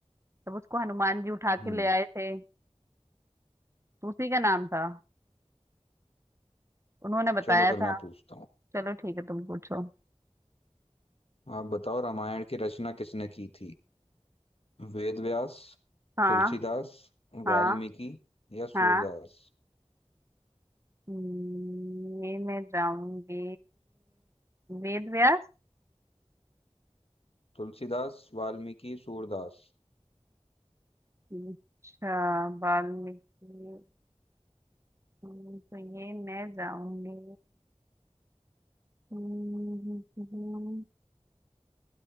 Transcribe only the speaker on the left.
हम्म
चलो फिर
मैं पूछता हूँ
आप बताओ रामायण की रचना किसने की थी वेद व्यास
तुलसीदास
वाल्मीकि या
सूरदास
तुलसीदास वाल्मीकि सूरदास